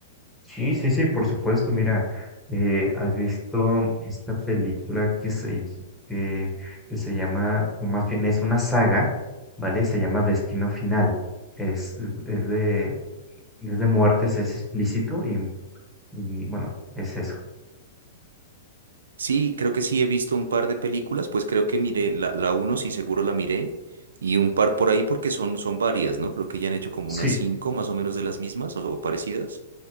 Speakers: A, in the centre; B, on the right.
A: Sí, sí, sí, por supuesto. Mira, eh, ¿has visto esta película que se, que, que se llama, o más bien es una saga, ¿vale? Se llama Destino Final. Es, es de, es de muertes, es explícito y, y bueno, es eso.
B: Sí, creo que sí he visto un par de películas, pues creo que miré la, la uno, sí seguro la miré, y un par por ahí porque son, son varias, ¿no? Creo que ya han hecho como unas
A: Sí,
B: cinco más o menos de las mismas o o parecidas.